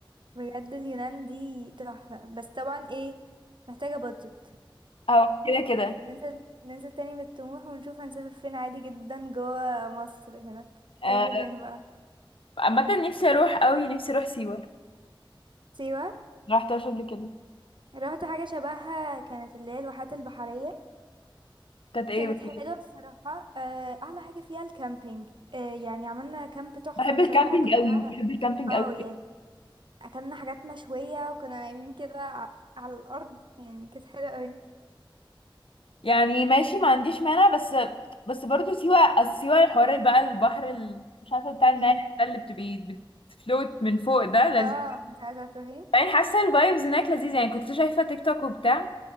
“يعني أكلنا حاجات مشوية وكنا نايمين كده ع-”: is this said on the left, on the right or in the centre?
Right